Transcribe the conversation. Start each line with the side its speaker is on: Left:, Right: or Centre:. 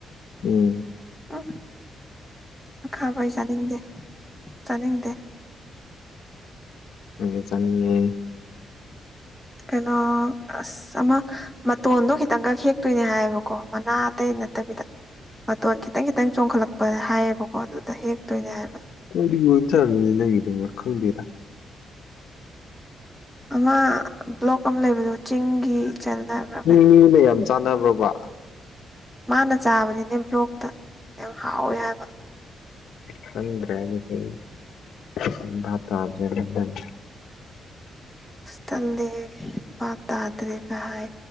Left: ꯎꯝ
Centre: ꯎꯪ ꯑꯈꯥꯕ ꯑꯩ ꯆꯥꯅꯤꯡꯗꯦ ꯆꯥꯅꯤꯡꯗꯦ
Left: ꯑꯪꯗꯤ ꯆꯥꯅꯤꯡꯉꯦꯍꯦ
Centre: ꯀꯩꯅꯣ ꯑꯁ ꯑꯃ ꯃꯇꯣꯟꯗꯣ ꯈꯤꯇꯪꯒ ꯍꯦꯛꯇꯣꯏꯅꯦ ꯍꯥꯏꯌꯦꯕꯀꯣ ꯃꯅꯥ ꯑꯇꯩ ꯅꯠꯇꯕꯤꯗ ꯃꯇꯣꯟ ꯈꯤꯇꯪ ꯈꯤꯇꯪ ꯆꯣꯡꯈꯠꯂꯛꯄ ꯍꯥꯏꯌꯦꯕꯀꯣ ꯑꯗꯨꯗ ꯍꯦꯛꯇꯣꯏꯅꯦ ꯍꯥꯏꯕ
Left: ꯀꯔꯤ ꯑꯣꯏꯕ ꯆꯥꯠꯂꯅꯦ ꯅꯪꯒꯤꯗꯨꯕꯨ ꯈꯪꯗꯦꯗ
Centre: ꯑꯃ ꯕ꯭ꯂꯣꯛ ꯑꯝ ꯂꯩꯕꯗꯣ ꯆꯤꯡꯒꯤ ꯏꯆꯜꯅ ꯑꯃ
Left: <unintelligible> ꯌꯥꯝ ꯆꯥꯟꯅꯕ꯭ꯔꯣꯕ
Centre: ꯃꯥꯅ ꯆꯥꯕꯅꯤꯅꯦ ꯕ꯭ꯂꯣꯛꯇ ꯌꯥꯝ ꯍꯥꯎꯋꯦ ꯍꯥꯏꯕ
Left: ꯈꯗ꯭ꯔꯦ ꯑꯗꯨꯗꯤ ꯑꯩ ꯚꯥꯞ ꯇꯥꯗ꯭ꯔꯦ ꯑꯗꯨꯗꯤ ꯌꯝ
Centre: ꯑꯁ ꯇꯜꯂꯤꯍꯦ ꯚꯥꯞ ꯇꯥꯗ꯭ꯔꯦꯒ ꯍꯥꯏ